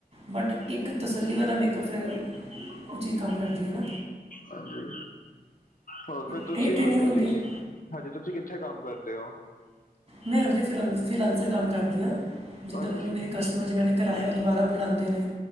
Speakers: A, on the right; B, on the left.
A: ਬਟ ਇੱਕ ਤਸੱਲੀ ਵਾਲਾ ਮੇਕਅਪ ਫਿਰ ਓ ਚੀਜ਼ ਕੰਮ ਕਰਦੀ ਐ ਨਾ।
B: ਹਾਂਜੀ। ਹੋਰ ਫਿਰ ਤੁਸੀਂ
A: ਤੇ ਇਹ ਟ੍ਰੇਨਿੰਗ
B: ਹਜੇ
A: ਹੁੰਦੀ
B: ਕਿ,
A: ਹੈ
B: ਹਜੇ ਤੁਸੀਂ ਕਿੱਥੇ ਕੰਮ ਕਰਦੇ ਓ?
A: ਮੈਂ ਹਰਦੇ ਫਿਲਾ-ਫਿਲਾਂਸਰ ਕੰਮ ਕਰਦੀ ਆ ਜਿੱਦਾਂ
B: ਅੱਛਾ
A: ਮੈਨੂੰ ਮੇਰੇ ਕਸਟਮਰ ਜਿੰਨਾ ਨੇ ਕਰਾਏਆ ਓ ਦੁਬਾਰਾ ਬੁਲਾਂਦੇ ਨੇ।